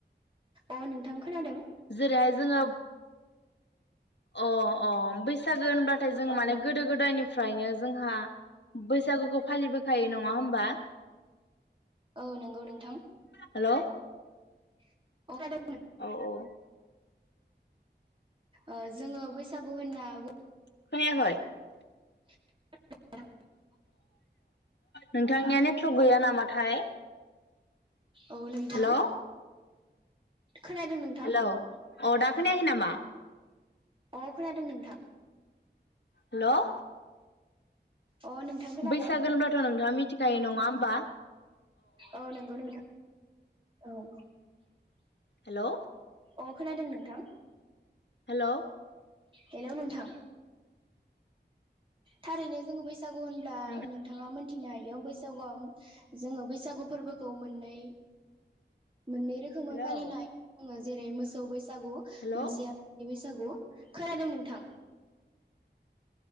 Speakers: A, on the right; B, on the left.
A: अ नोंथां। खोनादों
B: जेरैहाय जोङो अ अ बैसागो होनबाथाय जोंङो
A: औ
B: माने गोदो गोदायनिफ्रायनो जोंहा बैसागुखौ फालिबोखायो नङा होमबा
A: औ नंगौ नोंथां
B: हेलौ
A: <unintelligible>
B: औ औ।
A: ओ जोङो बैसागु होनना बु
B: खोनायाखै?
A: <unintelligible>
B: नोंथांनिया नेट्र गैया नामाथाय
A: औ नोंथां
B: हेलौ
A: खोनादों नोंथां
B: हेलौ अ दा खोनायाखै नामा
A: अ खोनादों नोंथां
B: हेल'
A: अ नोंथां खोनादों
B: बैसागोन होनब्लाथ' नोंथाङा मिथिखायो नङा बा
A: औ नंगौ नोंथां औ
B: हेलौ
A: औ। खोनादों नोंथां?
B: हेलौ
A: हेलौ नोंथां। थारैनो जोङो बैसागु होनब्ला
B: नोंथां
A: नोंथाङा मोनथिनो हायो बैसागुआव जोङो बैसागु फोरबोखौ मोननै मोननै रोखोमै
B: हेलौ
A: फालिनाय दङो जेरै मोस सोबास सागु
B: हेलौ
A: मोनसेया <unintelligible> सागु खोनादों नोंथां।